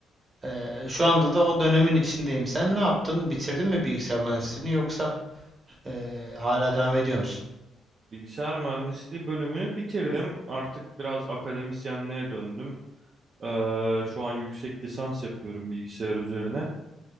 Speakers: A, on the right (about 30°); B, on the right (about 50°).
A: Ee, şu anda da o dönemin içindeyim. Sen ne yaptın? Bitirdin mi bilgisayar mühendisliğini yoksa e, hala devam ediyor musun?
B: Bilgisayar mühendisliği bölümünü bitirdim. Artık biraz akademisyenliğe döndüm. Ee, şu an yüksek lisans yapıyorum bilgisayar üzerine.